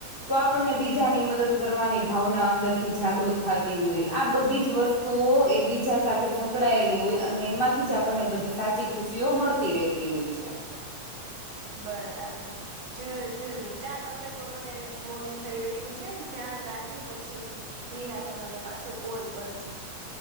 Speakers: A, on the left; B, on the right.
A: તો આપણને બીજાની મદદ કરવાની ભાવના અંદરથી જાગૃત થાતી ઓય, આ બધી જ વસ તુઓ એકબીજા સાથે સંકળાયેલી ઓય અને એમાંથી જ આપણને બધી સાચી ખુશીઓ મળતી રેતી ઓય છે.
B: બરાબર, જર જરૂર ચાલ હવે તો મને મોડું થઈ રહ્યું છે, ધ્યાન રાખજે પછી. નિરાતે મને પાછો કોલ કરજે.